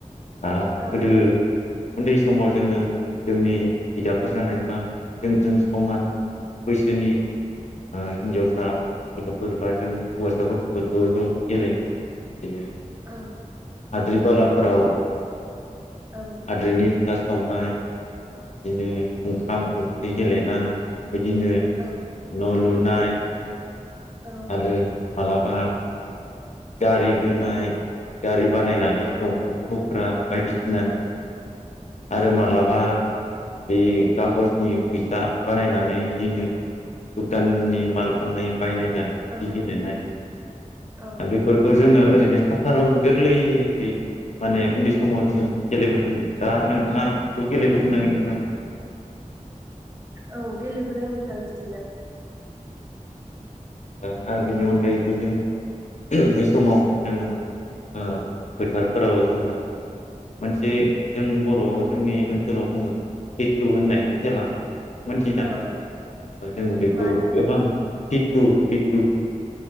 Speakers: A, on the left; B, on the right.
A: आ
B: औ
A: गोदो उनदै समाव जोङो। जोंनि बिदाफोर जानाय बा जोंजों समान बैसोनि हिनजावसा गथ'फोर बा जों हौवासा गथ'फोर ज' ज' गेलेयोमोन। बिदिनो
B: औ
A: हाद्रि बालाफोराव
B: औ
A: आद्रैनि फिथा सावनाय बिदिनो ओंखाम ओंख्रि गेलेनाय। बिदिनो न'
B: औ
A: लु नाय
B: औ
A: आरो। मालाबा गारि बोनाय गारि बानायनानै
B: औ
A: दंफांखौ ब्रा बायदिसिना आरो मालाबा बे खागसनि फैसा बानायनानै बिदिनो दुखाननि माल फाननाय। बायनाय जानाय बिदि
B: औ
A: गेलेनाय
B: औ
A: दा बेफोरखौ जोङो। ओरैनो सातारन गोरलैयै माने उन्दै समाव जोङो गेलेबोदोंमोन दा नोंथाङा बेखौ गेलेबोदोंना गेले
B: औ गेलेबोदों नोंथां बिदिनो
A: ओ आरो बेनि अनगायैबो जोङो बै समाव जोङो ओ फोथारफोराव जोङो मोनसे जों बरआव जोंनि ओनसोलाव बुङो फिटु होननाय खेला मोनथि दानों
B: औ औ
A: जों बेखौ
B: मा होनदों
A: गोबां फितु फिटु